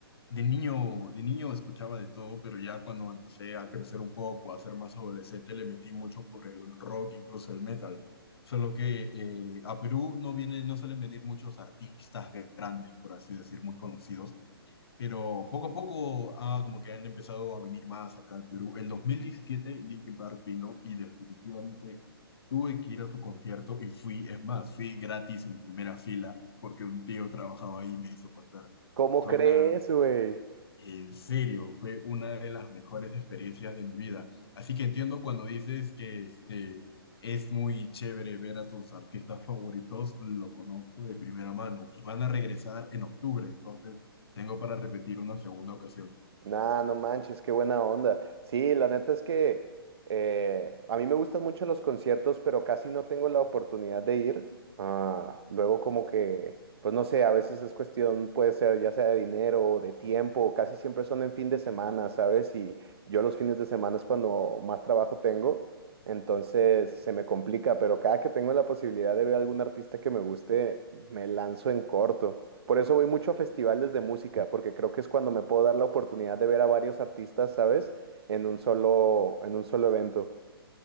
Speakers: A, on the left; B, on the right.
A: De niño, de niño escuchaba de todo, pero ya cuando empecé a crecer un poco, a ser más adolescente, le metí mucho por el rock, incluso el metal. Solo que eh, a Perú no viene, no suelen venir muchos artistas grandes, por así decir, muy conocidos. Pero poco a poco ah, como que han empezado a venir más acá al Perú. El 2017 Linkin Park vino y definitivamente tuve que ir a su concierto y fui, es más, fui gratis en primera fila porque un tío trabajaba ahí y me hizo pasar.
B: ¿Cómo
A: Fue
B: crees,
A: una
B: güey?
A: en serio, fue una de las mejores experiencias de mi vida. Así que entiendo cuando dices que este, es muy chévere ver a tus artistas favoritos, lo conozco de primera mano y van a regresar en octubre, entonces tengo para repetir una segunda ocasión.
B: Nah, no manches, qué buena onda. Sí, la neta es que eh, a mí me gustan mucho los conciertos, pero casi no tengo la oportunidad de ir. Ah, luego como que, pues no sé, a veces es cuestión, puede ser ya sea de dinero o de tiempo, casi siempre son en fin de semana, ¿sabes? Y yo los fines de semana es cuando más trabajo tengo, entonces se me complica, pero cada que tengo la posibilidad de ver a algún artista que me guste, me lanzo en corto. Por eso voy mucho a festivales de música, porque creo que es cuando me puedo dar la oportunidad de ver a varios artistas, ¿sabes? En un solo, en un solo evento.